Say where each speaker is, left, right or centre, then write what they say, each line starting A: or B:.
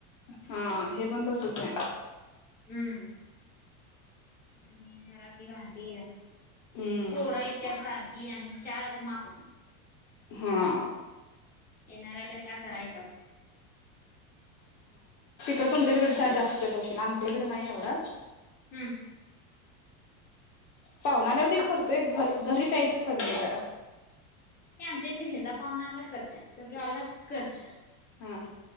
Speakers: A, on the left; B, on the left.
A: हा हे पण तसच
B: हम्म.
A: आहे.
B: हम्म. हम्म घरातली भांडी या.
A: हम्म
B: पोर येत्यात सारखी आणि चहाला तर मापच नाही.
A: हा.
B: येणाऱ्याला चहा करायचाचं.
A: तिकडं तुमच्या तिकडं
B: असं
A: चहा जास्त
B: आहे
A: पीत असतील आमच्या इकडे नाही एवढा.
B: हम्म. अस.
A: पाहुणाल्यावरती मी करतोय घरी घरी प्यायचं कमी आहे जरा
B: आमच्या इथ हेच पाहुना आला करच्या तटू आलाच करच्या
A: हा